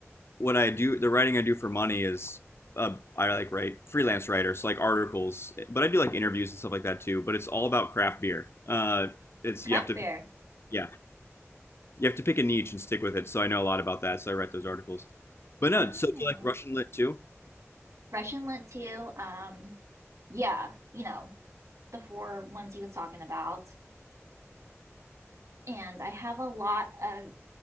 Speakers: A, on the left; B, on the right.
A: what I do, the writing I do for money is uh, I like write freelance writers so like articles, but I do like interviews and stuff like that too. But it's all about craft beer. Uh, it's
B: craft
A: you have to,
B: beer.
A: yeah. You have to pick a niche and stick with it. So I know a lot about that. So I write those articles. But no,
B: Oh.
A: so you like Russian lit too?
B: Russian Lit too. Um, yeah, you know, the four ones he was talking about. And I have a lot of